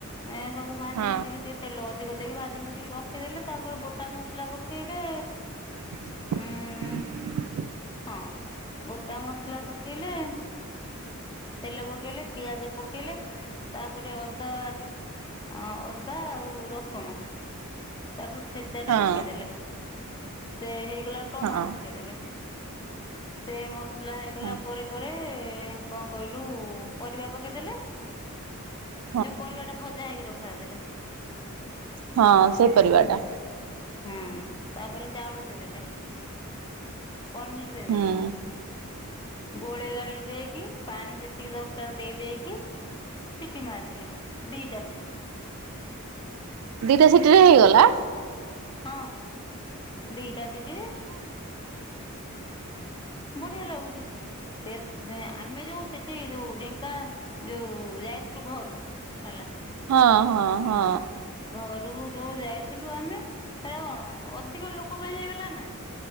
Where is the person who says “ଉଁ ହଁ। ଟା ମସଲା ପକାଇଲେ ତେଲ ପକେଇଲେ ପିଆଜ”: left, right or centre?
Left